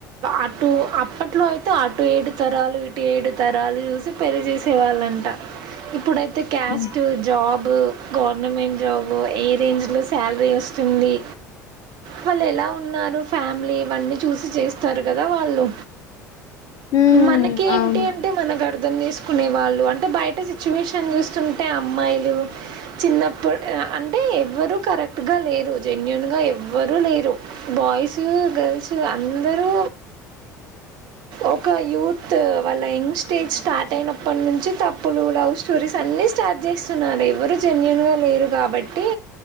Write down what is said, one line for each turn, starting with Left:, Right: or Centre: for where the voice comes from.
Right: అటు అప్పట్లో అయితే అటు ఏడు తరాలు ఇటు ఏడు తరాలు చూసి పెళ్లి చేసేవాళ్ళంట ఇప్పుడైతే క్యాస్ట్
Left: హ్మ్.
Right: జాబు గవర్నమెంట్ జాబు ఏ రేంజ్ శాలరీ వస్తుంది వాళ్ళు ఎలా ఉన్నారు ఫ్యామిలీ ఇవన్నీ చూసి చేస్తారు కదా వాళ్ళు
Left: హ్మ్.
Right: మనకి ఏంటి
Left: అవును.
Right: అంటే మనకు అర్థం తీసు కునే వాళ్ళు అంటే బయట సిచ్యువేషన్ చూస్తుంటే అమ్మాయిలు చిన్నప్పుడు అంటే ఎవరుూ కరెక్ట్ గా లేరు జెన్యుూన్ గా ఎవ ఎవ్వరూ లేరు బాయ్స్ గర్ల్స్ అందరూ
Left: <inaudible>
Right: ఒక యూత్ వాళ్ళ యంగ్ స్టేజ్ స్టార్ట్ అయినప్పటి నుంచి తప్పులు లవ్ స్టోరీస్ అన్నిీ స్టార్ట్ చేస్తున్నారు ఎవరు జెన్యుూన్ గా లేరు కాబట్టి